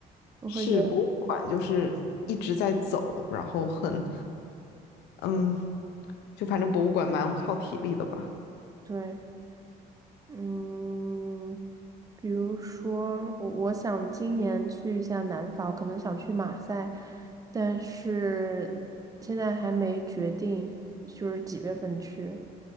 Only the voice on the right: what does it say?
我会觉得
对。嗯，比如说，我我想今年去一下南法，我可能想去马赛，但是现在还没决定，就是几月份去。